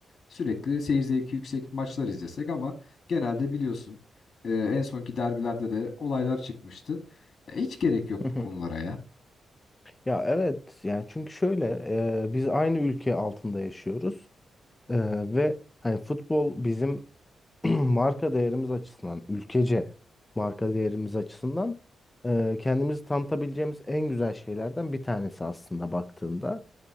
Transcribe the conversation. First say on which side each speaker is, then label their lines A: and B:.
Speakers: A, on the left; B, on the left.
A: Sürekli seyir zevki yüksek maçlar izlesek ama genelde biliyorsun e, en sonki derbilerde de olaylar çıkmıştı. Ya hiç gerek yok
B: Hı hı.
A: bu konulara ya.
B: Ya evet yani çünkü şöyle e, biz aynı ülke altında yaşıyoruz E, ve hani futbol bizim <clears throat> marka değerimiz açısından, ülkece marka değerimiz açısından e, kendimizi tanıtabileceğimiz en güzel şeylerden bir tanesi aslında baktığında.